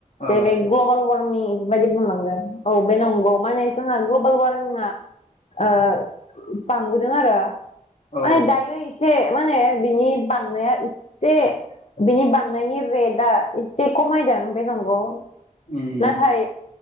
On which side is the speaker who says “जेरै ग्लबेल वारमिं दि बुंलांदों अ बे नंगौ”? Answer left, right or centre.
Left